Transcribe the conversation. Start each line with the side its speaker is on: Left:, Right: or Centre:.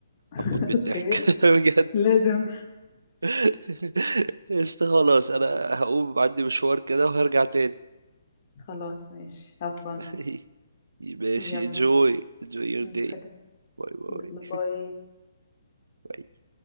Left: <laughs>
Right: هموت من
Left: أوكي
Right: الضحك <laughs>
Left: لازم
Right: <laughs> قشطة خلاص انا هقوم عندي مشوار كده وهرجع تاني
Left: خلاص ماشي هفن
Right: <laughs> ماشي
Left: يلا
Right: enjoy enjoy your
Left: نتكلم
Right: day باي
Left: يلا باي
Right: باي